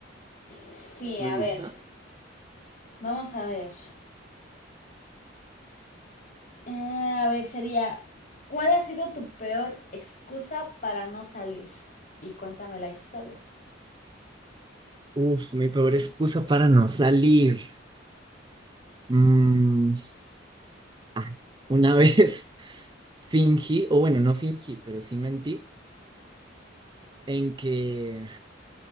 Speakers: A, on the left; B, on the right.
A: Sí,
B: me
A: a
B: gusta.
A: ver. Vamos a ver. Ah, a ver, sería, ¿cuál ha sido tu peor excusa para no salir? Y cuéntame la historia.
B: Uf, mi peor excusa para no salir. Mm, ah, una vez <laughs> fingí, o bueno, no fingí, pero sí mentí, en que